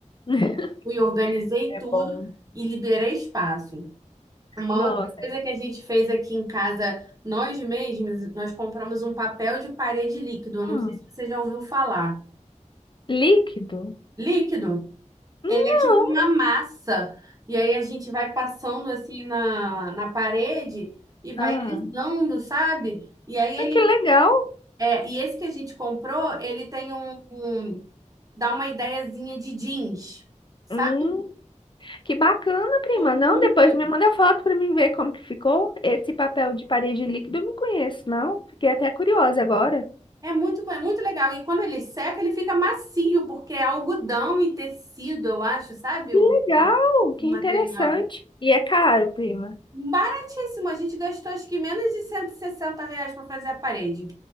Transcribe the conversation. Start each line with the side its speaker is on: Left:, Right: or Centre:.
Left: <laughs>
Right: Fui, organizei
Left: É
Right: tudo
Left: bom.
Right: e liberei espaço. Uma
Left: Nossa,
Right: outra coisa
Left: é
Right: que a gente fez aqui em casa, nós mesmos, nós compramos um papel de parede líquido.
Left: bom
Right: Eu não sei se você já ouviu falar.
Left: líquido?
Right: Líquido?
Left: Não.
Right: Ele é tipo uma massa. E aí a gente vai passando assim na, na parede e vai
Left: Ah,
Right: alisando, sabe? E aí ele
Left: ah, que legal.
Right: É, e esse que a gente comprou, ele tem um, um- dá uma ideiazinha de jeans, sabe?
Left: Hum. Que bacana, prima.
Right: Ficou
Left: Não,
Right: muito
Left: depois
Right: le-
Left: me manda foto pra mim ver como que ficou. Esse papel de parede líquido eu não conheço, não. Fiquei até curiosa agora.
Right: É muito, bom, é muito legal. E quando ele seca, ele fica macio, porque é algodão e tecido, eu acho, sabe?
Left: Que
Right: O,
Left: legal, que
Right: o
Left: interessante.
Right: material.
Left: E é caro, prima.
Right: Baratíssimo. A gente gastou acho que menos de 160 reais para fazer a parede.